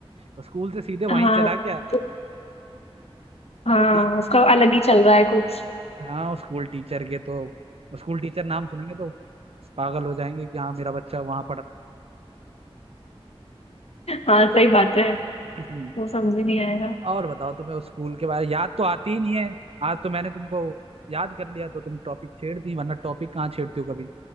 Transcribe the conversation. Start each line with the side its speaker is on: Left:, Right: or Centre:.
Right: वो स्कूल से सीधे
Left: हाँ
Right: वहीं चला गया
Left: तो
Right: चलो
Left: हाँ
Right: टी
Left: उसका अलग ही चल रहा है कुछ
Right: हाँ वो स्कूल टीचर के तो स्कूल टीचर नाम सुनेंगे तो पागल हो जाएंगे कि हाँ मेरा बच्चा वहां पढ़ रहा
Left: हाँ सही बात है
Right: है <clears throat>
Left: वो समझ ही नहीं आएगा
Right: और बताओ तुम्हें उस स्कूल के बारे याद तो आती ही नहीं है आज तो मैंने तुमको याद कर लिया तो तुम टॉपिक छेड़ दी वरना टॉपिक कहाँ छेड़ती हो कभी